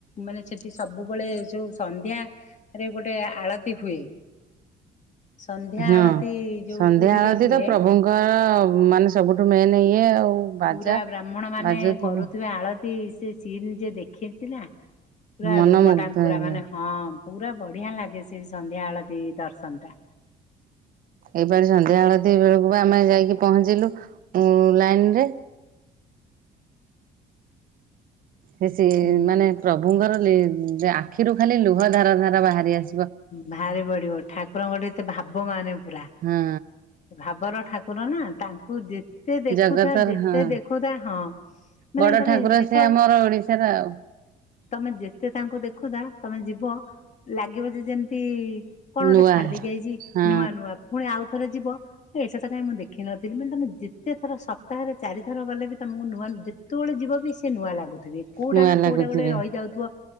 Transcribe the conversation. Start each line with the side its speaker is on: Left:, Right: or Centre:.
Left: ମାନେ ସେଠି ସବୁବେଳେ ଯୋଉ ସନ୍ଧ୍ୟ ରେ ଗୋଟେ ଆଳତି ହୁଏ। ସନ୍ଧ୍ୟା
Right: ହଁ
Left: ଆଳତି ଯୋଉ
Right: ସନ୍ଧ୍ୟା
Left: ପୁରୀରେ
Right: ଆଳତି
Left: ହୁଏ
Right: ତ ପ୍ରଭୁଙ୍କର ମାନେ ସବୁଠୁ ମେନ୍ ଇଏ ଆଉ। ବାଜା
Left: ପୁରା ବ୍ରାହ୍ମଣ ମାନେ
Right: ବାଜୁଥିବ
Left: କରୁଥିବା ଆଳତି ସେ ସିନ୍ ଯ ଦେଖିଚି ନା ପୁରା
Right: ମନମୁଗ୍ଧ
Left: ରୁମ ଟାଙ୍କୁରା
Right: ହେଇଯାଏ।
Left: ମାନେ ହଁ। ପୁରା ବଢିଆ ଲାଗେ ସେ ସନ୍ଧ୍ୟା ଆଳତି ଦର୍ଶନ ଟା।
Right: ଏପା ସନ୍ଧ୍ୟାବେଳତି ବେଳକୁ ବା ଆମେ ଯାଇକି ପହଞ୍ଚିଲୁ ଉଁ ଲାଇନ ରେ ସେ ସିଏ
Left: ହୁଁ
Right: ମାନେ ପ୍ରଭୁଙ୍କର ନେ ଆଖିରୁ ଖାଲି ଲୁହ ଧାର ଧାର ବାହାରି ଆସ୍
Left: ଭାରିପଡିବ ଠାକୁରଙ୍କଠି ଏତେ ଭା ଭାବ ମାନେ ପୁରା
Right: ହଁ
Left: ଭାବର ଠାକୁର ନା ତାଙ୍କୁ ଯେ ଯେତେ ଦେଖୁଥା
Right: ଜଗତର
Left: ଯେତେ
Right: ହଁ
Left: ଦେଖୁଥା ହଁ ମାନେ
Right: ବଡ
Left: ତମେ
Right: ଠାକୁର
Left: ଦେଖ
Right: ସେ ଆମର ଓଡିଶାର ଆଉ
Left: ତମେ ଯେତେ ତାଙ୍କୁ ଦେଖୁଥା ତମେ ଯିବ ଲାଗିବ ଯେ ଯେମତି କଣ ଗୋଟେ
Right: ନୂଆ
Left: ଛାଡିଦେଇକି ଆଇଚି
Right: ହଁ
Left: ନୂଆ ନୂଆ ଫୁଣି ଆଉ ଥରେ ଯିବ କାଇ ଏଟା ତ କାଇଁ ମୁଁ ଦେଖିନଥିଲି ମାନେ ତମେ ଯେତେଥର ସପ୍ତାହରେ ଚାରିଥର ଗଲେ ବି ତମକୁ ନୂଆ ନ୍ ଯେତୋଳେ ଯିବ ବି ସେ ନୂଆ ଲାଗୁଥିବେ କୋଉଟା
Right: ନୂଆ
Left: ନା
Right: ଲାଗୁଥିବେ
Left: କୋଉଟା ଗୋଟେ ରହିଯାଉଥିବ